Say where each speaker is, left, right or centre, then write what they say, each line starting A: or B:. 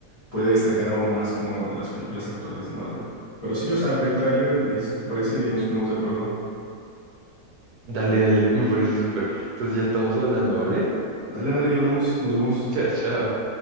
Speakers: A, on the left; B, on the right.
A: puede destacar aún más como de las películas actuales de Marvel. Pero sí, o sea, ve el tráiler, me dices qué te parece y ahí nos ponemos de acuerdo.
B: Dale, dale, me parece súper. Entonces ya estamos hablando, ¿vale?
A: Dale, dale, ya hablamos, nos vemos.
B: <laughs> Chao, chao.